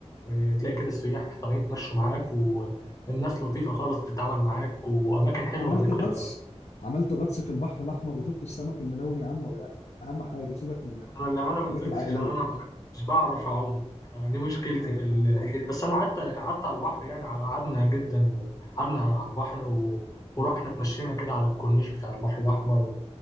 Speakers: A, on the left; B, on the left.
A: إيه، تلاقي كده السياح طالعين يتمشوا معاك والناس لطيفة خالص بتتعامل معاك وأماكن حلوة
B: عملت
A: هناك
B: غطس
A: في الغردقة
B: عملت غطس في البحر الأحمر وشفت السمك الملون يا عم ولا لأ أهم حاجة سيبك من
A: انا للامانه ما نزلتش
B: الحاجات العائلية
A: عشان انا ما- مش بعرف اعوم فدي مشكلتي
B: أه
A: في ال- الحكايه دي. بس انا قعدت قعدت على البحر يعني قعدنا جدا قعدنا على البحر و... ورحنا اتمشينا كده على الكورنيش بتاع البحر الاحمر و...